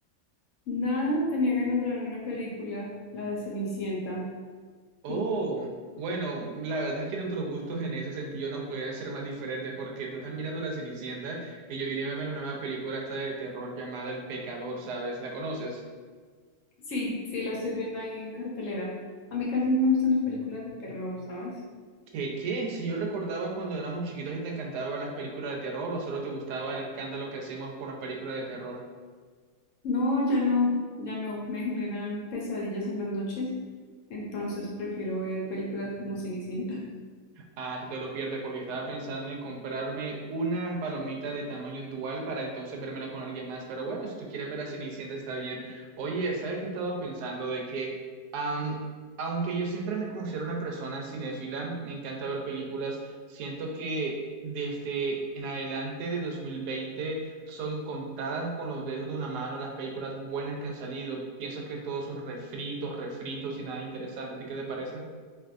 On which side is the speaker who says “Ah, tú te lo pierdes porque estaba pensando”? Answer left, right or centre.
Right